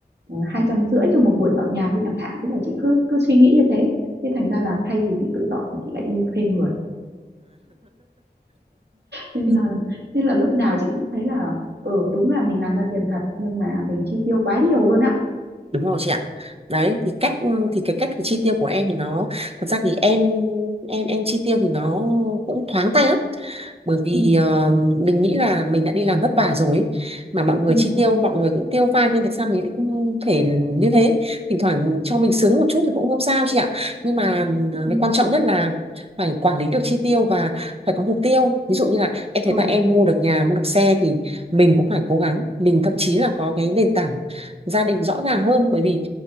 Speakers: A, on the right; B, on the right.
A: ờ, hai trăm rưỡi cho một buổi dọn nhà thôi chẳng hạn tức là chị cứ cứ suy nghĩ như thế thế thành ra là thay vì chị tự dọn thì chị lại đi thuê người nên
B: <laughs>
A: là nên là lúc nào chị cũng thấy là ừ đúng là mình làm ra tiền thật nhưng mà mình chi tiêu quá nhiều luôn á
B: đúng rồi chị ạ đấy thì cách thì cái cách chi tiêu của em thì nó thật ra thì em em em chi tiêu thì nó cũng thoáng tay lắm bởi vì
A: ừ
B: ờ, mình nghĩ là mình đã đi làm vất vả rồi ấy. mà mọi người
A: ừ
B: chi tiêu mọi người cũng tiêu pha nên tại sao mình lại không thể như thế thỉnh thoảng cho mình sướng một chút thì cũng không sao chị ạ nhưng mà ờ,
A: ừ
B: cái quan trọng nhất là phải quản lý được chi tiêu và phải có mục tiêu ví dụ như là em
A: ừ,
B: thấy bạn em mua được nhà mua được xe thì mình cũng phải cố gắng mình thậm chí là có cái nền tảng gia đình rõ ràng hơn bởi vì